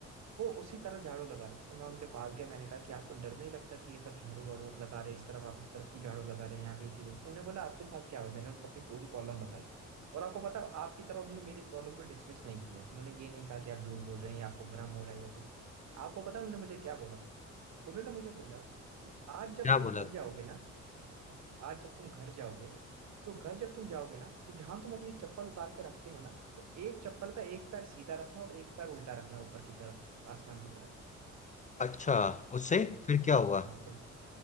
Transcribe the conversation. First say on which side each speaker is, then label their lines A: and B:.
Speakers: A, on the right; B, on the left.
A: वो उसी तरफ झाड़ू लगा रहे थे तो मैं उनके पास गया मैंने कहा कि आपको डर नहीं लगता कि ये सब झाड़ू वाड़ू आप लगा रहे हैं, इस तरफ आप इस तरफ क्यों झाड़ू लगा रहे हैं यहाँ पे ये चीज होती है?" उन्होंने बोला आपके साथ क्या हुआ मैंने उनको अपनी पूरी प्रॉब्लम बताई और आपको पता है, आपकी तरह उन्होंने मेरी प्रॉब्लम को डिसमिस नहीं किया उन्होंने ये नहीं कहा कि आप झूठ बोल रहे हैं या आपको भ्रम हो रहा है या कुछ आपको पता है उन्होंने मुझे क्या बोला उन्होंने मुझे बोला कि आज जब
B: क्या
A: तुम
B: बोला
A: घर जाओगे ना आज जब तुम घर जाओगे तो घर जब तुम जाओगे ना तो जहां तुम अपनी चप्पल उतार के रखते हो ना तो एक चप्पल का एक पैर सीधा रखना और एक पैर उल्टा रखना ऊपर की तरफ आसमान की तरफ
B: अच्छा उससे
A: तो
B: फिर क्या हुआ
A: हाँ तो